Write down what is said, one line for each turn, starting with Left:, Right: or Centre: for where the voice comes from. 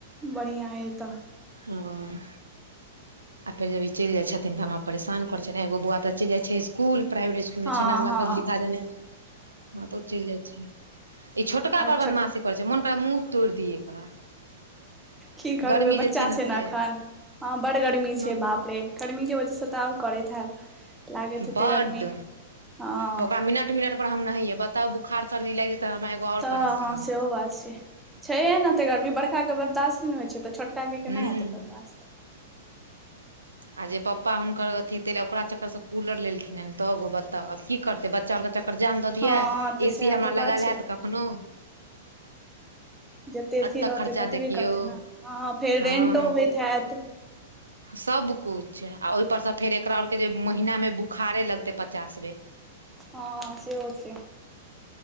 Centre: बढ़ियाँ अए तऽ
Right: हँ आ फेर जब ई चलि जाइ छथिन तऽ हमरा परेशान करै छथि एगो बौआ तऽ चलि जाइ छै स्कूल प्राइवेट स्कुल
Centre: हँ
Right: मे छै नाम
Centre: हँ
Right: लोके लिखा देने हँ तऽ ओ चलि जाइ छै। ई छोटका
Centre: आर
Right: बर
Centre: छोट
Right: बदमासी करै छै मोन करइ मुँह तोड़ि दि एकरा
Centre: की करबै
Right: गर्मी
Centre: बच्चा
Right: जे
Centre: छै
Right: से
Centre: ने एखन। हँ बड्ड गर्मी
Right: हँ
Centre: छै बाप रे गर्मीे के वजह से तऽ आओर करैत हैत। लागैत हेतै
Right: बड्ड
Centre: गर्मी हँ
Right: ओकरा मिनट मिनट पर हम नहैये बताउ बोखार सर्दी लाइग जेते तऽ हमरा एगो आओर
Centre: तऽ
Right: परेशानी
Centre: हँ सेहो बात छै छैेहे न एते गर्मी बड़काके बर्दाश्ते नय होइ छै तऽ छोटकाके
Right: हूँ
Centre: केना हेतै बर्दाश्त।
Right: आ जे पप्पा हुनकर अथी तैले ओकरा चक्कर से कूलर लेलखिन हेन तबो बताउ आब की करतै बच्चा आओर के चक्कर मे जान दऽ दियै
Centre: हँ तऽ
Right: ए
Centre: सएह
Right: सी हमरा
Centre: तऽ
Right: लगैल
Centre: बात छै
Right: हेत कखनो
Centre: जते ए
Right: एतऽ
Centre: सी रहतै
Right: खर्चा
Centre: ततबे
Right: देखियौ
Centre: करतै ने हँ फेर
Right: हँ
Centre: रेंटो होइत हैत।
Right: सब कुछ आ ओहिपर सँ फेर एकरा आरके जे महिनामे बुखारे लगतै पचास बेर
Centre: हँ सेहो छै